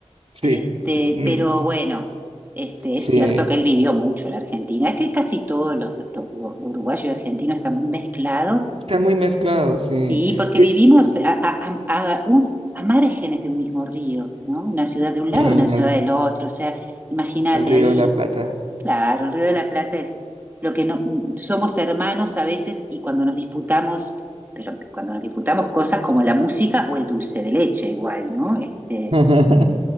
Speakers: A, on the right (about 60°); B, on the right (about 15°).
A: Sí,
B: este,
A: mm,
B: pero bueno, este,
A: sí,
B: es cierto que él vivió mucho en la Argentina. Es que casi todos los, los, los uruguayos y argentinos están muy mezclados,
A: están muy mezclados, sí.
B: y porque
A: Ve-
B: vivimos a, a, a- a un- a márgenes de un mismo río, ¿no? Una ciudad de un lado,
A: mm,
B: una ciudad
A: el,
B: del otro. O sea, imagínate
A: el Río
B: ahí,
A: de la Plata.
B: claro, el Río de la Plata es lo que no somos hermanos a veces, y cuando nos disputamos, pero cuando nos disputamos cosas como la música o el dulce de leche, igual, ¿no? Este,
A: <laughs>